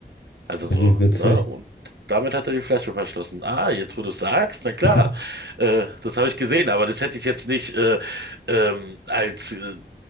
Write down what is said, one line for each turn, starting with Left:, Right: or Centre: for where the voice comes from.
Right: Also so,
Left: Wie witzig.
Right: ne? Und damit hat er die Flasche verschlossen. Ah, jetzt wo du es sagst, na klar,
Left: Ja.
Right: äh, das habe ich gesehen, aber das hätte ich jetzt nicht äh, ähm, als äh,